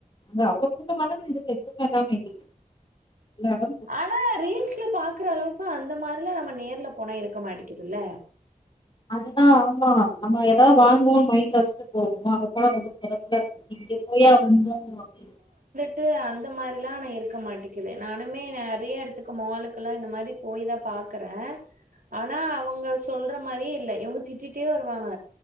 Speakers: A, on the left; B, on the right.
A: அந்த அவ்ளவு கூட்டமா தானே இருக்கு கூட்டம் எல்லாமே இருக்கு மேடம்
B: ஆனா ரீல்ஸ்ல பாக்குற அளவுக்கு அந்த மார்ல்லாம் நம்ம நேர்ல போனா இருக்க மாட்டிகுது இல்ல
A: அதுதா ஆமா நம்ம ஏதா வாங்குவோம்னு மைண்ட் வெச்சுட்டு போவோ அது போல ரொம்ப சிறப்புலா இருக்கு இங்க போயா வந்தோ அப்டினு
B: ட்டு அந்த மாரிலா ஆனா இருக்க மாட்டிக்குது நானுமே நறைய எடத்துக்கு மாலுக்கல்லா இந்த மாரி போய் தா பாக்கற ஆனா அவங்க சொல்ற மாரியே இல்ல இவங்க திட்டிட்டே வருவாங்க